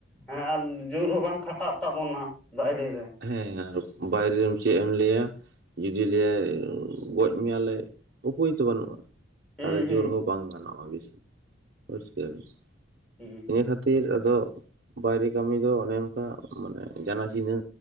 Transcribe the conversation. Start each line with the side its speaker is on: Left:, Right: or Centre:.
Centre: ᱦᱮᱸ ᱟᱨ ᱡᱩᱨ ᱦᱚᱸ ᱵᱟᱝ ᱠᱷᱟᱴᱟᱜ ᱛᱟᱵᱚᱱᱟ ᱵᱟᱭᱨᱮ ᱨᱮ᱾
Right: ᱦᱮᱸ ᱟᱨ ᱵᱟᱭᱨᱮᱢ ᱪᱮᱜ ᱮᱢ ᱞᱟᱹᱭᱟ ᱡᱩᱫᱤ ᱞᱟᱹᱭᱟᱭ ᱜᱚᱡ ᱢᱤᱭᱟᱞᱮ ᱩᱯᱟᱹᱭ ᱫᱚ ᱵᱟᱹᱱᱩᱜᱼᱟ,
Centre: ᱦᱩᱸ
Right: ᱛᱟᱦᱚᱞᱮ
Centre: ᱦᱩᱸ
Right: ᱡᱳᱨ ᱦᱚᱸ ᱵᱟᱝ ᱜᱟᱱᱚᱜᱼᱟ ᱵᱤᱥᱤ᱾ ᱵᱩᱡ ᱠᱮᱫᱟᱵᱤᱱ᱾
Centre: ᱩᱸ
Right: ᱤᱱᱟᱹ ᱠᱷᱟᱹᱛᱤᱨ ᱟᱫᱚ ᱵᱟᱭᱨᱮ ᱠᱟᱹᱢᱤ ᱫᱚ ᱚᱱᱮ ᱚᱱᱠᱟ ᱢᱟᱱᱮ ᱡᱟᱱᱟ ᱪᱤᱱᱦᱟᱹ